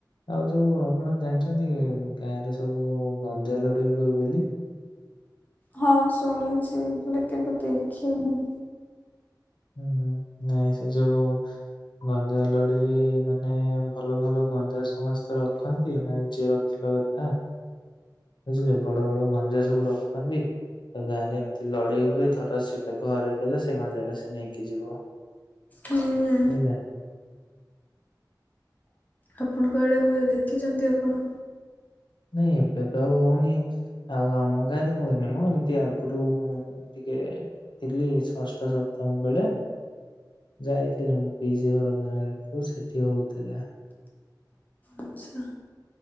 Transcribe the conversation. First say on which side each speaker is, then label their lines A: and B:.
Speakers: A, on the left; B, on the left.
A: ଆଉ ଯୋଉ ଆପଣ ଜାଣିଛନ୍ତି ଗାଁରେ ସବୁ ଗଞ୍ଜା ଲଢେଇ ହୁଏ ବୋଲି।
B: ହଁ ଶୁଣିଛି ହେଲେ କେବେ ଦେଖିନି।
A: ହୁଁ ନାଇଁ ସେ ଯୋଉ ଗଞ୍ଜା ଲଢେଇ ମାନେ ଭଲ ଭଲ ଗଞ୍ଜା ସମସ୍ତେ ରଖନ୍ତି ମାନେ ଯିଏ ରଖ ଯିବା କଥା। ବୁଝିଲେ ବଡ଼ ବଡ଼ ଗଞ୍ଜା ସବୁ ରଖନ୍ତି। ତ ଗାଁ ରେ ଏମିତି ଲଢେଇ ହୁଏ ଧର ସେ ତାକୁ ହରେଇ ଦେଲା ସେ ଗଞ୍ଜା ଟା ସେ ନେଇକି ଯିବ।
B: ହୁଁ
A: ଏଇରା।
B: ଆପଣଙ୍କ ଆଡ଼େ ହୁଏ ଦେଖିଛନ୍ତି ଆପଣ?
A: ନାଇଁ ଏବେ ତ ଆଉ ହଉନି। ଆଉ ଆମ ଗାଁ ରେ ହୁଏନି ମ ଏମିତି ଆଗରୁ ମୁଁ ଟିକେ ଥିଲି ଷଷ୍ଠ ସପ୍ତମ ବେଳେ। ଯାଇଥିଲି ମୁଁ ପିଉସି ଘର ଗାଁକୁ ସେଠି ହଉଥିଲା।
B: ଆଚ୍ଛା।